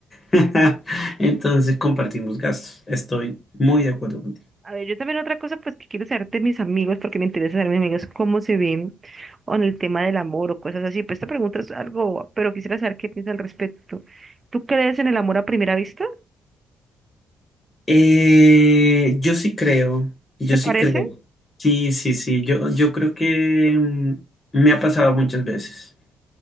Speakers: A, on the left; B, on the right.
A: <laughs> entonces compartimos gastos. Estoy muy de acuerdo contigo.
B: A ver, yo también otra cosa pues que quiero saber de mis amigos, porque me interesa saber de mis amigos cómo se ven o en el tema del amor o cosas así. Pues esta pregunta es algo, pero quisiera saber qué piensas al respecto. ¿Tú crees en el amor a primera vista?
A: Eh, yo sí creo, yo
B: ¿Te parece?
A: sí creo. Sí, sí, sí. Yo, yo creo que mm, me ha pasado muchas veces.